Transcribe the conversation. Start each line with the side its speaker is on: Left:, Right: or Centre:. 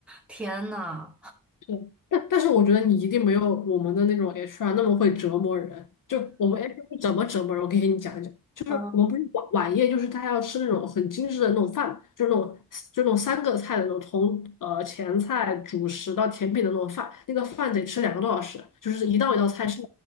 Centre: 天呐，
Left: 对，但但是我觉得你一定没有我们的那种 HR 那么会折磨人。就我们 HR 是怎么折磨人，我可以给你讲一讲。就是我们不是晚晚宴，
Centre: 嗯
Left: 就是他要吃那种很精致的那种饭，就是那种就那种三个菜的那种，从呃前菜、主食到甜品的那种饭，那个饭得吃两个多小时，就是一道一道菜上。